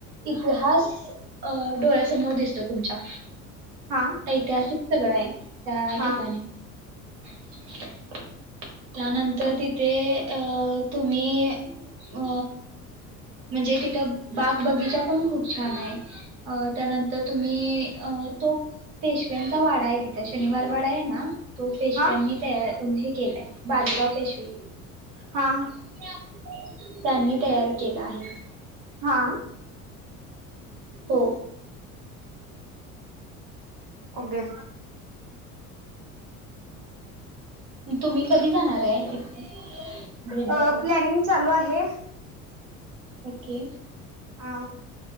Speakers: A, on the right (about 60°); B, on the right (about 45°).
A: इत लिहाश अ डोळ्यासमोर दिसतो तुमच्या
B: हा
A: ऐतिहासिक सगळं आहे. त्या
B: हा
A: ठिकाणी <unintelligible> त्यानंतर तिथे अ तुम्ही अ म्हणजे तिथं बाग बगिचा पण खूप छान आहे. अ त्यानंतर तुम्ही अ तो पेशव्यांचा वाडा आहे तित त्या शनिवार वाडा आहे ना? तो पेशव्यानी
B: हा
A: तयार <unintelligible> केलाय. बाजीराव पेशवे.
B: हा
A: <unintelligible> त्यांनी तयार केला आहे.
B: हा
A: हो.
B: <unintelligible>
A: तुम्ही कधी जाणार? आहे तिथे भेट
B: अ
A: द्यायला
B: प्लॅनिंग चालू आहे.
A: ओके.
B: अ